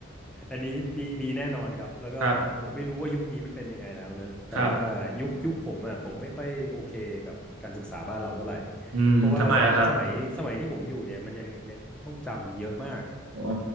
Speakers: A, in the centre; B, on the right.
A: อันนี้มีมีแน่นอนครับแล้วก็ผมไม่รู้ว่ายุคนี้มันเป็นยังไงแล้วเนอะแต่ว่ายุคยุคผมอ่ะผมไม่ค่อยโอเคกับการศึกษาบ้านเราเท่าไหร่
B: ครับครับอืมทำไมอะครับ
A: เพราะว่าสมัยสมัยที่ผมอยู่เนี่ยมันยังเน้นท่องจำเยอะมาก
B: อ๋อ